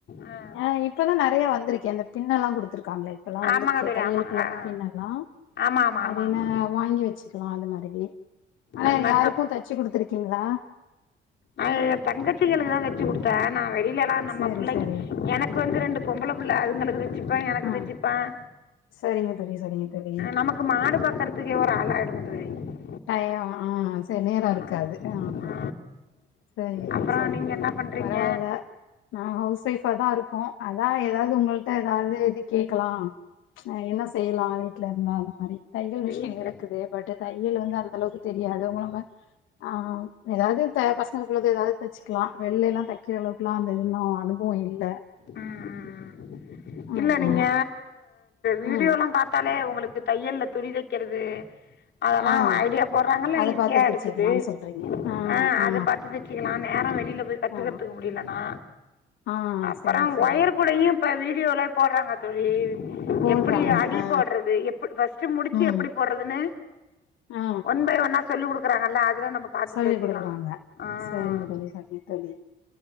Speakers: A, on the left (about 60°); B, on the left (about 90°).
A: ஆ
B: ஆஹ இப்பதான் நிறைய வந்திருக்கே அந்த பின்ன எல்லாம் குடுத்து இருக்காங்களே இப்ப எல்லாம் வந்திருக்கே
A: ஆமாங்க தோழி
B: தையலுக்குள்ள
A: ஆமாங்க ஆ
B: அந்த பின் எல்லாம்
A: ஆமா ஆமா
B: அது
A: ஆமா
B: என்ன
A: ஆமா
B: வாங்கி வச்சுக்கலாம் அது மாரி ஆனா
A: அது மாதிரி
B: யாருக்கும் தைச்சு குடுத்துருக்கீங்களா
A: அது தங்கச்சிகளுக்கு தான் தைச்சு குடுத்தேன் நா இல்லலாம் நம்ம
B: சரி
A: பிள்ளைங்க
B: சரி
A: எனக்கு வந்து ரெண்டு பொம்பள புள்ள அதுங்களுக்கு தச்சுப்பேன் எனக்கு
B: ஆ
A: தச்சிப்பேன்
B: சரிங்க தோழி சரிங்க தோழி
A: நமக்கு மாடு பாக்கறதுக்கே ஒரு ஆள ஆயிடும் <unintelligible>
B: டயோம் ஆஹ செரி நேரம் இருக்காது
A: ஆமா.
B: ஆமா
A: ஆ.
B: சரிங்க தோழி
A: அப்புறம்
B: சரிங்க
A: நீங்க
B: தோழி
A: என்ன பண்றீங்க
B: பரவால்ல நான் ஹவுஸ் ஒய்ஃபா தான் இருக்கோம் அதான் ஏதாவது உங்கள்கிட்ட ஏதாவது இது கேட்கலாம் என்ன செய்யலாம் வீட்டுல இருந்தா அந்த மாரி தையல் மிஷின்
A: வீட்டில்
B: இருக்குது பட் தை அந்த அளவுக்கு தெரியாது அதுவும் இல்லாம ஆஹ் ஏதாவது பசங்களுக்கு ஏதாவுது தைச்சுக்கலாம் வெளில எல்லாம் தைக்கிற அளவுக்குல்லாம் அது இன்னும் அனுபவம் இல்லை
A: உம் உம் உம்
B: ஆமா.
A: இல்ல நீங்க வீடியோலாம்
B: ம்.
A: பார்த்தா லே உங்களுக்கு தையல்ல துடிதைக்கிறது அதெல்லாம்
B: ஆ
A: ஐடியா போடுறாங்கல்ல
B: அத
A: ஈஸியா
B: பாத்து தச்சுக்கலாம்னு
A: எடுக்குது
B: சொல்றீங்க. ஆ,
A: ஆஹ்
B: ஆ,
A: அத பாத்து தச்சிக்கலாம்னேன் வேற வெளி ல போய் கத்துக்கத்துகிறத்திற்கு
B: ஆ,
A: முடியலனா
B: ஆ
A: அப்புறம்
B: சரி, சரி.
A: ஒயற்கூடையும் இப்ப வீ டியோல போடுறாங்க தோழி
B: போடுறாங்க.
A: எப்படி அடி
B: ஆ,
A: போடுறது ஃபர்ஸ்ட் முடிச்சு
B: ம்,
A: எப்படி போடுறதுன்னு
B: ஆ
A: ஒன் பை ஒன்னா சொல்லி கொடுக்குறாங்கல்ல அ துல நம்ம பாத்து
B: சொல்லிக்
A: தெரிஞ்சுக்கெல்லாம்
B: குடுக்குறாங்க.
A: ஆஹ்
B: சரிங்க தோழி, சரிங்க தோழி.